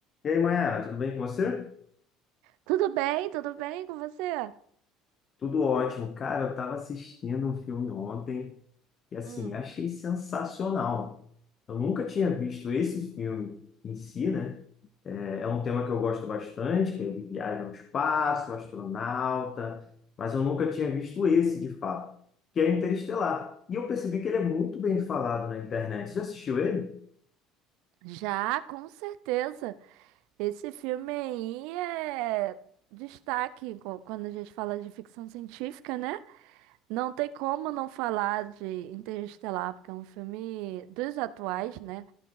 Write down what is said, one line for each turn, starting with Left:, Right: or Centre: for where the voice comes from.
Left: E aí, Mayara, tudo bem com você?
Right: Tudo bem? Tudo bem com você?
Left: Tudo ótimo. Cara, eu estava assistindo um filme ontem e, assim,
Right: Hum,
Left: achei sensacional. Eu nunca tinha visto esse filme em si, né? É, é um tema que eu gosto bastante, que ele viaja ao espaço, astronauta, mas eu nunca tinha visto esse, de fato, que é Interestelar. E eu percebi que ele é muito bem falado na internet. Você já assistiu ele?
Right: Já, com certeza. Esse filme aí é destaque co- quando a gente fala de ficção científica, né? Não tem como não falar de Interestelar, porque é um filme dos atuais, né?